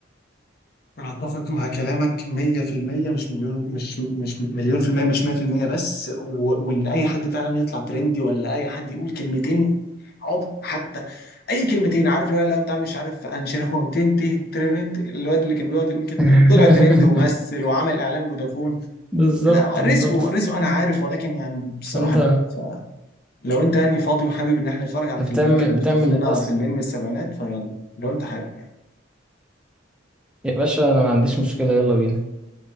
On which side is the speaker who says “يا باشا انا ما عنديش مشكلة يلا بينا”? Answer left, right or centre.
Centre